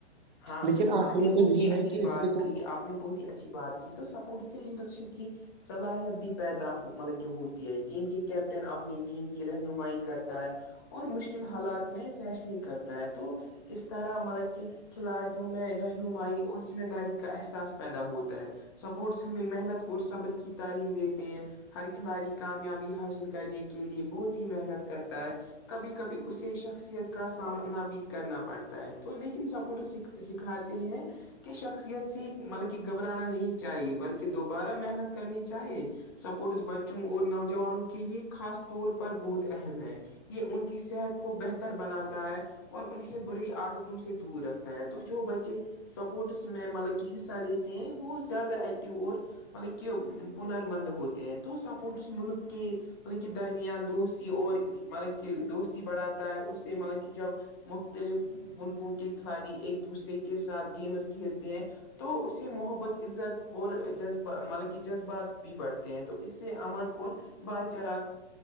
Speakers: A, on the left (about 20°); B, on the right (about 45°).
A: ہاں
B: لیکن آخر
A: آپ نے
B: میں تو
A: بہت
B: یہی
A: ہی اچھی
B: ہے کہ
A: بات
B: اس سے تو
A: کی آپ نے بہت ہی اچھی بات تو سپورٹ سے لیڈر شپ کی صلاحیت بھی پیدا مطلب کہ ہوتی ہے ٹیم کے کیپٹن اپنی ٹیم کی رہنمائی کرتا ہے اور مشکل حالات میں فیصلے کرتا ہے تو اس طرح مطلب کہ کھلاڑیوں میں رہنمائی اور ذمہ داری کا احساس پیدا ہوتا ہے سپورٹس ہمیں محنت اور صبر کی تعلیم دیتے ہیں ہر کھلاڑی کامیابی حاصل کرنے کے لیے بہت ہی محنت کرتا ہے کبھی کبھی اسے شخصیت کا سامنا بھی کرنا پڑتا ہے تو لیکن سب پ س سکھاتے ہیں کہ شخصیت سے مطلب کہ گھبرانا نہیں چاہیے بلکہ دوبارہ محنت کرنی چاہیے سپورٹس بچوں اور نوجوانوں کے لیے خاص طور پر بہت اہم ہے یہ ان کی صحت کو بہتر بناتا ہے اور انہیں بری عادتوں سے دور رکھتا ہے تو جو بچے سپورٹس میں مطلب کہ حصہ لیتے ہیں وہ زیادہ ایکٹیو اور مطلب کہ پنر مند ہوتے ہیں تو سپورٹس ملک کے مطلب کہ درمیان دوستی اور مطلب کہ دوستی بڑھاتا ہے اس سے مطلب کہ جب مختلف ملکوں کے کھلاڑی ایک دوسرے کے ساتھ گیمز کھیلتے ہیں تو اس سے محبت عزت اور جذبہ مطلب کہ جذبات بھی بڑھتے ہیں تو اس سے امن اور بھائی چارہ